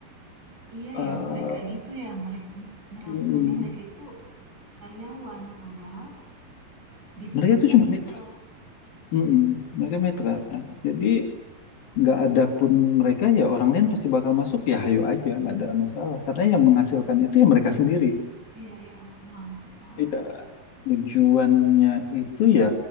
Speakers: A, on the right; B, on the left.
A: Iya
B: Eh,
A: ya, mereka gitu ya, mereka merasanya
B: mm
A: mereka itu karyawan, padahal disebutnya
B: mereka itu
A: mitra.
B: cuma mitra. Mm-mm. Mereka mitra. Jadi nggak ada pun mereka ya orang lain pasti bakal masuk ya hayo aja nggak ada masalah karena yang menghasilkan itu ya mereka sendiri.
A: Iya ya, emang. Oh,
B: Iya. tujuannya itu ya